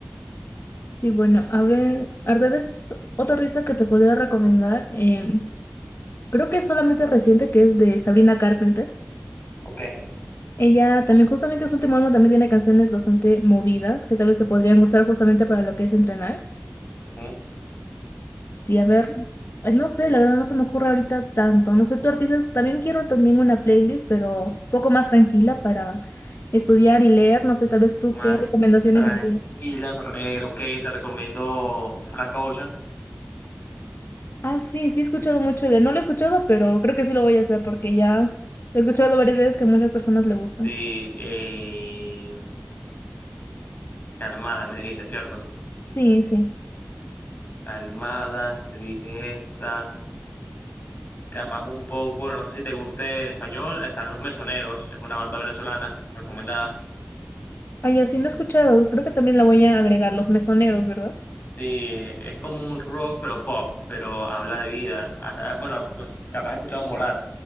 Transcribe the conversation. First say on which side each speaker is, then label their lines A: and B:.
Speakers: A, on the left; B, on the left.
A: Sí, bueno, a ver, a- tal vez otro artista que te podría recomendar, eh, creo que es solamente reciente, que es de Sabrina Carpenter.
B: Ok.
A: Ella también, justamente su último álbum también tiene canciones bastante movidas, que tal vez te podrían gustar justamente para lo que es entrenar.
B: ujú.
A: Sí, a ver, eh, no sé, la verdad no se me ocurre ahorita tanto. No sé, tú artistas, también quiero también una playlist, pero un poco más tranquila para estudiar y leer. No sé, tal vez tú
B: Más
A: qué recomendaciones
B: tranquila
A: me
B: para leer. Ok, te recomiendo Frank Ocean.
A: Ah, sí, sí he escuchado mucho de... No lo he escuchado, pero creo que sí lo voy a hacer porque ya he escuchado varias veces que a muchas personas le gustan.
B: Sí, eh, calmada, me dijiste, ¿cierto?
A: Sí, sí.
B: Calmada, te dije esta. Capaz un poco, bueno, no sé si te guste en español, están Los Mesoneros, es una banda venezolana recomendada.
A: Ah, ya sí, no he escuchado. Creo que también la voy a agregar, los mesoneros, ¿verdad?
B: Sí, es como un rock, pero pop, pero habla de vida. Hasta- bueno, no sé, capaz has escuchado Morat,